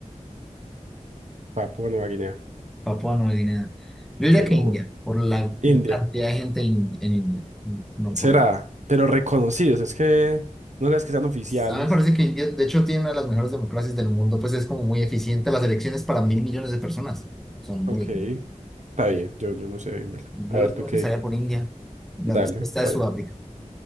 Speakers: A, on the right; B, in the centre.
A: Papua Nueva Guinea,
B: Papúa Nueva Guinea. Yo
A: se
B: diría que
A: lo
B: India,
A: juro.
B: por la
A: India,
B: cantidad de gente in- en, India, no no
A: será,
B: por
A: pero reconocidos, es que no creas que sean oficiales.
B: A mí me parece que India, de hecho, tiene una de las mejores democracias del mundo, pues es como muy eficiente las elecciones para mil millones de personas. Son
A: Ok,
B: muy eficientes.
A: está bien, yo, yo no sé bien. dale.
B: Yo
A: A ver,
B: no
A: tú qué,
B: pensaría por India. Y La
A: dale,
B: respuesta
A: está
B: es Sudáfrica.
A: bien.